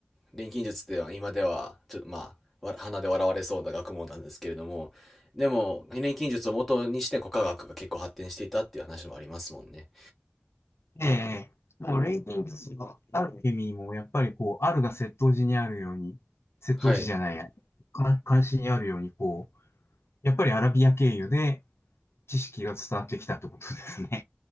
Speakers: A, in the centre; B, on the left.
A: 錬金術では今では、ちょっとまあ、わ鼻で笑われそうな学問なんですけれども、でも、錬金術を元にして古科学が結構発展していたっていう話もありますもんね。
B: ええ、もう錬金術のある意味も、やっぱりこう、あるが窃盗時にあるように、窃盗時じゃないや、
A: はい。
B: か監視にあるように、こう、やっぱりアラビア経由で知識が伝わってきたってことですね。